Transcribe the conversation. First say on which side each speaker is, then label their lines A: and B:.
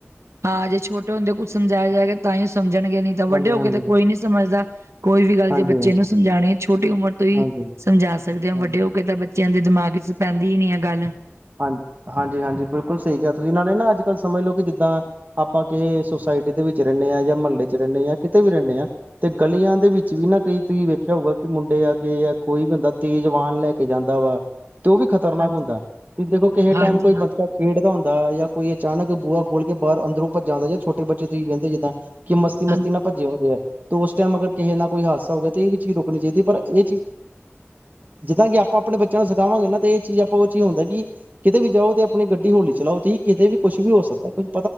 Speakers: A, on the right; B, on the right.
A: ਹਾਂ ਜੇ ਛੋਟੇ ਹੁੰਦੇ ਕੁੱਝ ਸਮਝਾਇਆ ਜਾਏਗਾ ਤਾਂ ਹੀ। ਸਮਝਣਗੇ ਨਹੀਂ ਤਾਂ ਵੱਡੇ
B: ਹਾਂਜੀ
A: ਹੋ
B: ਹਾਂਜੀ
A: ਕੇ ਤੇ ਕੋਈ ਨੀ ਸਮਝਦਾ ਕੋਈ ਵੀ ਗੱਲ
B: ਹਾਂਜੀ
A: ਜੇ ਬੱਚੇ ਨੂੰ ਸਮਝਾਉਣੇ ਛੋਟੀ ਉਮਰ ਤੋਂ ਹੀ।
B: ਹਾਂਜੀ
A: ਸਮਝਾ ਸਕਦੇ ਹੋ
B: ਹਾਂਜੀ
A: ਵੱਡੇ ਹੋ ਕੇ ਤਾਂ ਬੱਚਿਆਂ ਦੇ ਦਿਮਾਗ 'ਚ ਪੈਂਦੀ ਹੀ ਨੀ ਹੈ ਇਹ ਗੱਲ
B: ਹਾਂਜੀ ਹਾਂਜੀ ਹਾਂਜੀ ਬਿਲਕੁਲ ਸਹੀ ਕਿਹਾ ਤੁਸੀਂ ਇਹਨਾਂ ਨੇ ਨਾ ਅੱਜ ਕੱਲ ਸਮਝ ਲਓ ਕਿ ਜਿੱਦਾਂ ਆਪਾਂ ਕਿ ਸੁਸਾਇਟੀ ਦੇ ਵਿੱਚ ਰਹਿੰਦੇ ਹਾਂ ਜਾਂ ਮੁਹੱਲੇ 'ਚ ਰਹਿੰਦੇ ਜਾਂ ਕਿਤੇ ਵੀ ਰਹਿੰਦੇ ਆ ਤੇ ਗਲੀਆਂ ਦੇ ਵਿੱਚ ਵੀ ਨਾ ਕਈ ਤੁਸੀਂ ਵੇਖਿਆ ਹੋਊਗਾ ਕਿ ਮੁੰਡੇ ਆ ਗਏ ਜਾਂ ਕੋਈ ਬੰਦਾ ਤੇਜ਼ ਵਾਹਨ ਲੈ ਕੇ ਜਾਂਦਾ ਵਾ। ਤੇ ਉਹ ਵੀ ਖਤਰਨਾਕ
A: ਹਾਂਜੀ
B: ਹੁੰਦਾ ਤੇ ਦੇਖੋ ਕਿਸੇ
A: ਹਾਂਜੀ
B: ਟਾਈਮ ਕੋਈ
A: ਹਾਂਜੀ
B: ਬੱਚਾ ਖੇਡਦਾ ਹੁੰਦਾ ਹੈ। ਜਾਂ ਕੋਈ ਅਚਾਨਕ ਬੂਹਾ ਖੋਲ ਕੇ ਬਾਹਰੋ ਅੰਦਰੋਂ ਭੱਜ ਆਉਂਦਾ ਜਾਂ ਛੋਟੇ ਬੱਚੇ ਤੁਸੀਂ ਕਹਿੰਦੇ ਜਿਦਾਂ। ਕਿ ਮਸਤੀ
A: ਹਾਂਜੀ
B: ਮਸਤੀ ਨਾ ਭੱਜੇ ਆਉਂਦੇ ਆ। ਤੇ ਉਸ ਟਾਈਮ ਅਗਰ ਕਿਸੇ ਨਾਲ ਕੋਈ ਹਾਦਸਾ ਹੋ ਗਿਆ ਤੇ ਇਹ ਵੀ ਚੀਜ਼ ਰੋਕਣੀ ਚਾਹੀਦੀ ਪਰ ਇਹ ਚੀਜ਼। ਜਿੱਦਾਂ ਕਿ ਆਪਾਂ ਆਪਣੇ ਬੱਚਿਆਂ ਨੂੰ ਸਿਖਾਵਾਂਗੇ ਨਾ ਤੇ ਇਹ ਚੀਜ਼ ਆਪਾਂ ਉਹ ਹੀ ਹੁੰਦਾ ਕਿ। ਕਿਤੇ ਵੀ ਜਾਓ ਤੇ ਆਪਣੀ ਗੱਡੀ ਹੌਲੀ ਚਲਾਓ ਤੇ ਕਿ ਕਿਤੇ ਵੀ ਕੁੱਛ ਵੀ ਹੋ ਸਕਦਾ ਕੁਛ।